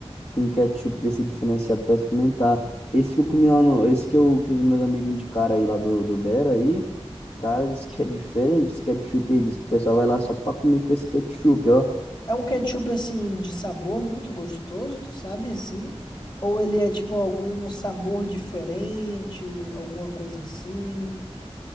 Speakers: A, on the left (about 65°); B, on the left (about 45°).
A: que com ketchup desse diferenciado para experimentar. Esse que eu comi lá no, esse que eu que os meus amigos indicaram aí lá do do Bera aí, cara, diz que é diferente esse ketchup aí, diz que o pessoal vai lá só para comer com esse ketchup, ó.
B: É um ketchup assim de sabor muito gostoso, tu sabe assim? Ou ele é tipo algum sabor diferente, alguma coisa assim?